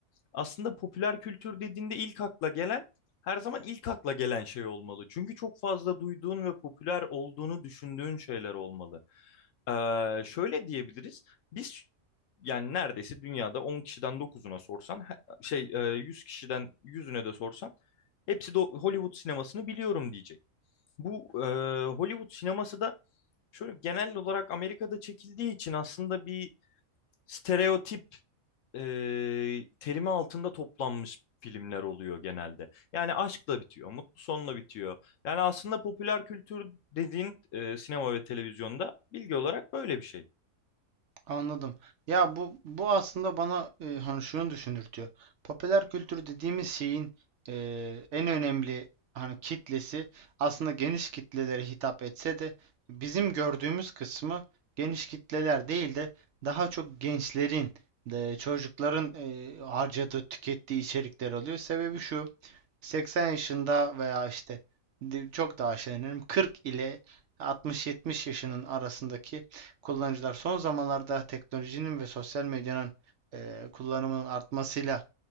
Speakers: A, on the left (about 70°); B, on the right (about 65°).
A: aslında popüler kültür dediğinde ilk akla gelen her zaman ilk akla gelen şey olmalı. Çünkü çok fazla duyduğun ve popüler olduğunu düşündüğün şeyler olmalı. Ee, şöyle diyebiliriz. Biz yani neredeyse dünyada 10 kişiden dokuzuna sorsan he- şey e, 100 kişiden yüzüne de sorsan hepsi de Hollywood sinemasını biliyorum diyecek. Bu e, Hollywood sineması da şöyle genel olarak Amerika'da çekildiği için aslında bir stereotip e, terimi altında toplanmış filmler oluyor genelde. Yani aşkla bitiyor, mutlu sonla bitiyor. Yani aslında popüler kültür dediğin e, sinema ve televizyonda bilgi olarak böyle bir şey.
B: Anladım. Ya bu bu aslında bana e, hani şunu düşündürtüyor. Popüler kültür dediğimiz şeyin e, en önemli hani kitlesi aslında geniş kitlelere hitap etse de bizim gördüğümüz kısmı geniş kitleler değil de daha çok gençlerin de çocukların e, harcadığı, tükettiği içerikler oluyor. Sebebi şu. 80 yaşında veya işte çok daha aşağı inelim 40 ile 60-70 yaşının arasındaki kullanıcılar son zamanlarda teknolojinin ve sosyal medyanın e, kullanımının artmasıyla